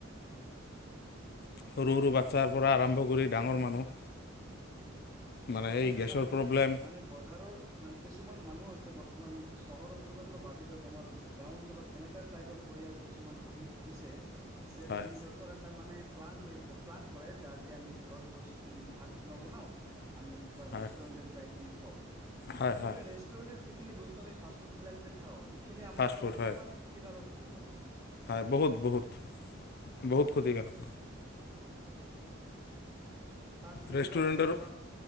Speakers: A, on the right; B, on the left.
A: উম
B: সৰু, সৰু বাচ্ছাৰ পৰা আৰম্ভ কৰি ডাঙৰ মানুহ। মানে
A: দেখা গৈছে
B: এই গেছৰ
A: যে আমি
B: প্ৰব্লেম
A: মানে বজাৰৰ, মানে কিছুমান মানুহ আছে বৰ্তমান চহৰ অঞ্চলতো বাদে দিয়ক, আমাৰ গাঁও অঞ্চলত এনেকা টাইপৰ পৰিয়াল কিছুমান, আহি হৈছে। যে
B: হয়
A: মানে সিহঁতৰ এটা মানে প্লান হৈ, আ প্লান কৰে যে আজি আমি ঘৰত বস্তু, ভাত নবনাওঁ, আমি কিবা ৰেষ্টুৰেণ্টত
B: হয়
A: যাই কিনি খাওঁ।
B: হয়
A: আচলতে
B: হয়
A: ৰেচ ৰেণ্টৰ যিখিনি বস্তু আমি ফাষ্টফুড বিলাক যে খাওঁ, এইখিনি আমাৰ
B: ফাষ্ট
A: কাৰণে
B: ফুড হয়
A: কিমান ক্ষতিকাৰক হ'ব পাৰে।
B: হয়। বহুত, বহুত, বহুত ক্ষতি কাৰক।
A: তাত যিবিলাক
B: ৰেষ্টুৰেণ্টৰ
A: মচলা,